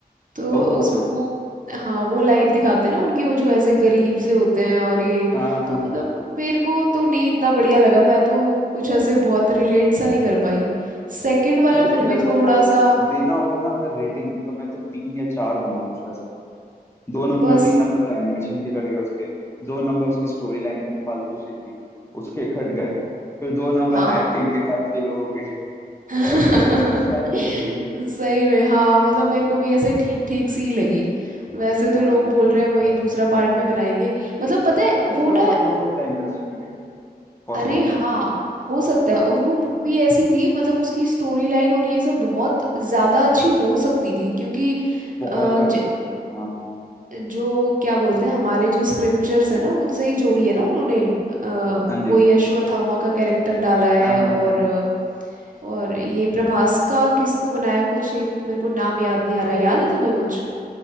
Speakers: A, on the right; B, on the left.
A: तो
B: ओ
A: उसमें
B: ओके ओके
A: वो हाँ वो लाइफ दिखाते हैं ना उनकी वो जो ऐसे गरीब से होते हैं और ये
B: हाँ हाँ हाँ
A: तो मतलब
B: हाँ हाँ।
A: मेरे को तो नहीं इतना बढ़िया लगा मैं तो कुछ ऐसे बहुत रिलेट सा नहीं कर पाई सेकंड वाला
B: मेरे
A: फिर
B: को भी
A: भी
B: अगर
A: थोड़ा
B: उसको
A: सा
B: देना होगा ना अगर रेटिंग तो मैं तो तीन या चार दूंगा कुछ दो नंबर
A: बस
B: तीन नंबर तो एनिमेशन के कट गए उसके दो नंबर उसकी स्टोरी लाइन इतनी फालतू सी थी उसके कट गए फिर दो नंबर
A: हाँ
B: एक्टिंग के काट लिए लोगों के तो
A: <laughs>
B: ऐसे ही है तीन चार ही मिलेंगे
A: सही में हाँ मतलब मेरे को भी ऐसे ठीक ठीक सी ही लगी वैसे तो
B: हाँ
A: लोग बोल रहे हैं वही दूसरा पार्ट भी बनाएंगे मतलब पता है
B: दूसरा
A: वो ना
B: पार्ट हो सकता है इंटरेस्टिंग लगे पॉसिबल
A: अरे हाँ
B: है
A: हो सकता
B: हाँ
A: है और वो मूवी ऐसी थी मतलब उसकी स्टोरी लाइन और ये सब बहुत ज्यादा अच्छी हो सकती थी क्योंकि
B: बहुत
A: अ,
B: कठिन
A: ज,
B: है वो तो हाँ
A: जो क्या बोलते हैं हमारे जो स्क्रिप्चर्स है ना उनसे ही जोड़ी है ना उन्होंने अ,
B: हाँ जी
A: वो यशवथामा का कैरेक्टर डाला है
B: हाँ हाँ
A: और
B: हाँ।
A: अ, और ये प्रभास का किसको बनाया कुछ एक मेरे को नाम याद नहीं आ रहा याद है तुम्हें कुछ